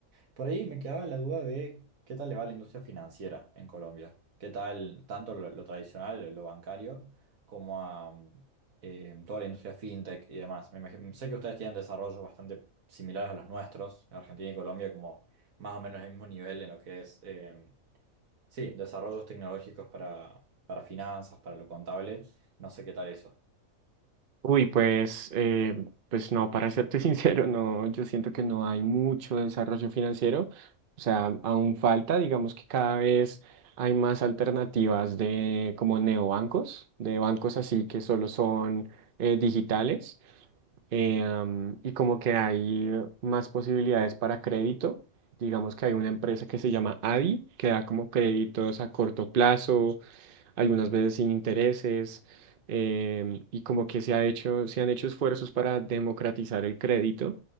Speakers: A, on the right; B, on the right.
A: Por ahí me quedaba la duda de qué tal le va a la industria financiera en Colombia. ¿Qué tal tanto lo, lo tradicional, lo bancario, como a mm, eh, toda la industria fintech y demás? Me imagi- sé que ustedes tienen desarrollos bastante similares a los nuestros, Argentina y Colombia, como más o menos el mismo nivel en lo que es, eh, sí, desarrollos tecnológicos para, para finanzas, para lo contable. No sé qué tal eso.
B: Uy, pues, eh, pues no, para serte <laughs> sincero, no, yo siento que no hay mucho desarrollo financiero. O sea, aún falta, digamos que cada vez hay más alternativas de como neobancos, de bancos así que solo son eh, digitales. eh, am, y como que hay más posibilidades para crédito. Digamos que hay una empresa que se llama ADI, que da como créditos a corto plazo algunas veces sin intereses, em, y como que se ha hecho, se han hecho esfuerzos para democratizar el crédito,